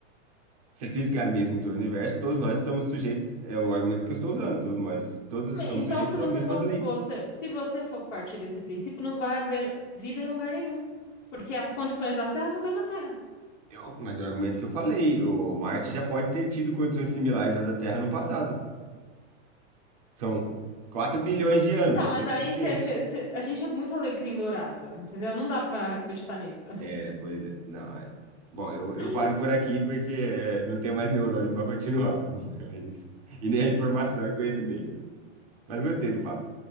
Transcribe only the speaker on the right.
Se a física é a mesma em todo o universo, todos nós estamos sujeitos, é o argumento que eu estou usando, todos nós, todos
estamos
sujeitos
às mesmas
leis.
Eu- mas é o argumento que eu falei, o Marte já pode ter tido condições similares às da Terra no passado. São 4 bilhões de anos,
é
tempo
suficiente.
É, pois é. Não, é. Bom, eu, eu
paro por aqui porque é, não tenho mais neurônio para continuar. <laughs> Mas- e nem a informação e conhecimento. Mas gostei do papo.